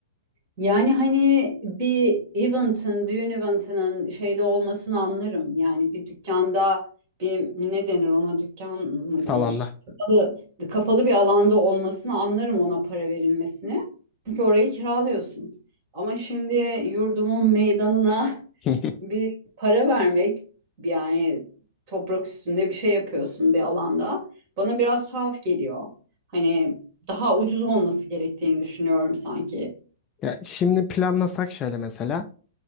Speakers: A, on the right; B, on the left.
A: Yani hani bir event'ın, düğün event'ının şeyde olmasını anlarım. Yani bir dükkanda bir ne denir ona dükkan mı
B: Salonlar.
A: denir? Kapalı, kapalı bir alanda olmasını anlarım ona para verilmesini. Çünkü orayı kiralıyorsun. Ama şimdi yurdumun meydanına
B: <laughs>
A: <laughs> bir para vermek yani toprak üstünde bir şey yapıyorsun bir alanda. Bana biraz tuhaf geliyor. Hani daha ucuz olması gerektiğini düşünüyorum sanki.
B: Ya şimdi planlasak şöyle mesela.